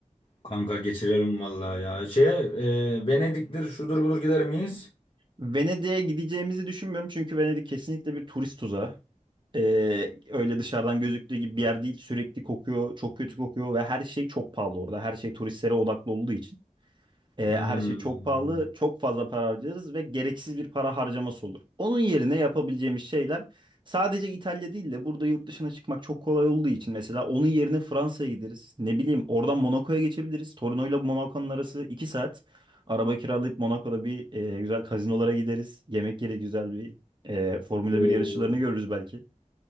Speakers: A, on the left (about 40°); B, on the right (about 35°).
A: Kanka geçirelim vallahi ya. Şeye e, Venedik'tir şudur budur gider miyiz?
B: Venedik'e gideceğimizi düşünmüyorum çünkü Venedik kesinlikle bir turist tuzağı. Ee, öyle dışarıdan gözüktüğü gibi bir yer değil. Sürekli kokuyor, çok kötü kokuyor ve her şey çok pahalı orada. Her şey turistlere odaklı olduğu için. E,
A: Hmm.
B: her şey çok pahalı, çok fazla para harcarız ve gereksiz bir para harcaması olur. Onun yerine yapabileceğimiz şeyler sadece İtalya değil de burada yurt dışına çıkmak çok kolay olduğu için mesela onun yerine Fransa'ya gideriz. Ne bileyim oradan Monaco'ya geçebiliriz. Torino'yla Monaco'nun arası 2 saat. Araba kiralayıp Monaco'da bir e, güzel kazinolara gideriz. Yemek yeri güzel bir e, Formula
A: Oo.
B: bir yarışçılarını görürüz belki.